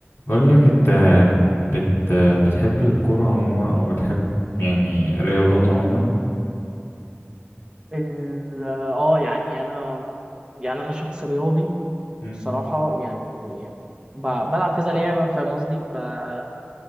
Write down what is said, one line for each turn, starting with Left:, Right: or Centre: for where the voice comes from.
Left: بقول لك انت بت بتحب الكرة عموما او بتحب يعني رياضات عموما
Right: ال- اه يعني انا يعني انا شخص رياضي
Left: مم.
Right: الصراحه يعني ب- بلعب كذا لعبه فاهم قصدي ب-